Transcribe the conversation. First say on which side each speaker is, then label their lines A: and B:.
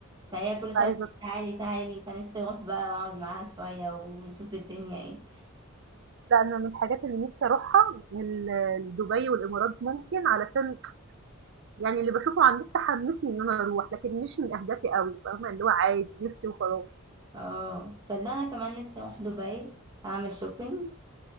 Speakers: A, on the right (about 20°); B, on the right (about 60°).
A: فهي كل
B: كنت
A: شويه
B: عايزة
A: تقول تعالي تعالي فنفسي اروح بقى واقعد معاها شويه ونشوف الدنيا ايه
B: لأ، أنا من الحاجات اللي نِفْسي أروحها ال دبي والإمارات ممكن علشان يعني اللي باشوفه على النت حمّسني إن أنا أروح، لكن مش من أهدافي أوي، فاهمة؟ اللي هو عادي نِفْسي وخلاص.
A: اه صدقني كمان نفسي اروح دبي اعمل شوبينج